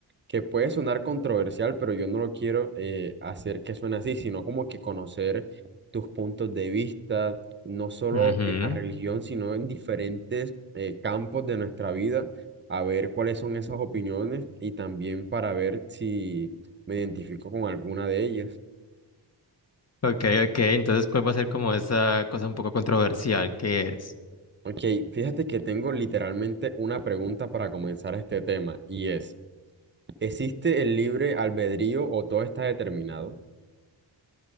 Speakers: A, on the right; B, on the left.
A: que puede sonar controversial, pero yo no lo quiero eh, hacer que suene así, sino como que conocer tus puntos de vista, no solo
B: Ujú.
A: en la religión, sino en diferentes eh, campos de nuestra vida, a ver cuáles son esas opiniones y también para ver si me identifico con alguna de ellas.
B: Ok, ok. Entonces, ¿cuál va a ser como esa cosa un poco controversial que es?
A: Ok, fíjate que tengo literalmente una pregunta para comenzar este tema y es, ¿existe el libre albedrío o todo está determinado?